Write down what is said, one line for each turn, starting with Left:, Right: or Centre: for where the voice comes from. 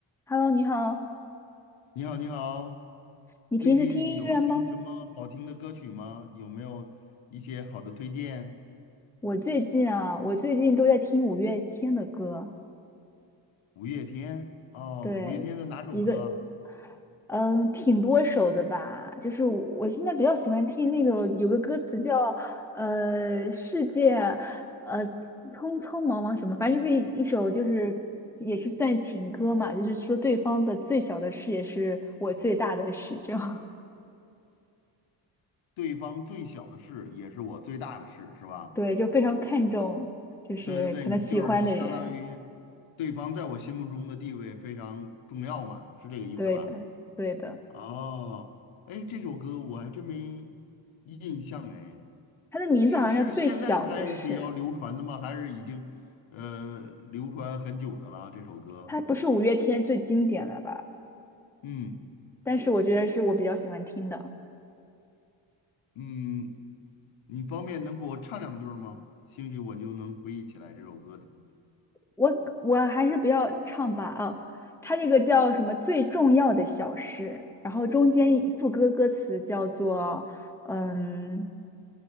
Centre: Hello，你好，
Left: 你好，你好，
Centre: 你平时听音乐吗？
Left: 最近嗯有听什么好听的歌曲吗？有没有一些好的推荐？
Centre: 我最近啊，我最近都在听五月天的歌，
Left: 五月天哦，
Centre: 对，
Left: 五月天的哪首歌啊
Centre: 一个，嗯，挺多首的吧。就是我我现在比较喜欢听那个有个歌词叫呃世界，呃匆匆忙忙什么，反正就是一一首就是也是算情歌嘛，就是说对方的最小的事也是我最大的事，这样
Left: 对方最小的事也是我最大的事，是吧？
Centre: <laughs> 对，就非常看重就是可能喜欢的人。
Left: 对对对，你就是相当于对方在我心目中的地位非常重要嘛，是这个意思吧？
Centre: 对的，对的，
Left: 哦，哎，这首歌我还真没印象哎，
Centre: 他的名字好像叫《最小的事》，
Left: 是是现在才比较流传的吗？还是已经呃流传很久的了这首歌？
Centre: 他不是五月天最经典的吧？
Left: 嗯
Centre: 但是我觉得是我比较喜欢听的。
Left: 嗯，你方便能给我唱两句儿吗？兴许我就能回忆起来这首歌的。
Centre: 我我还是不要唱吧啊，他这个叫什么最重要的小事，然后中间一副歌歌词叫做嗯，